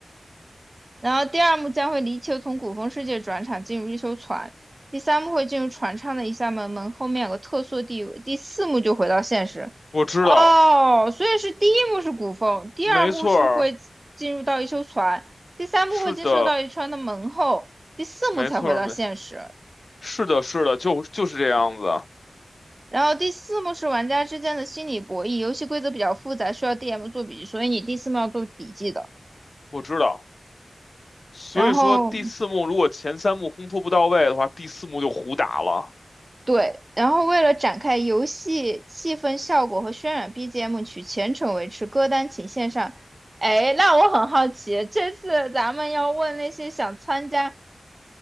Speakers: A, on the right; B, on the left.
A: 然后第二幕将会离球从古风世界转场进入一艘船，第三幕会进入船舱的一扇门，门后面有个特殊地位，第四幕就回到现实。
B: 我知道，
A: 哦，所以是第一幕是古风，第二幕是会进入到一艘船，
B: 没错儿，
A: 第三幕会进入到一船的门后，
B: 是的，
A: 第四幕才回到现实。
B: 没错儿，没，是的，是的，就就是这样子，
A: 然后第四幕是玩家之间的心理博弈，游戏规则比较复杂，需要 DM 做笔记，所以你第四幕要做笔记的。
B: 我知道。所以说第四幕如果前三幕烘托不到位的话，
A: 然后
B: 第四幕就胡打了。
A: 对，然后为了展开游戏气氛效果和渲染，BGM 取全程维持，歌单请线上。哎，那我很好奇，这次咱们要问那些想参加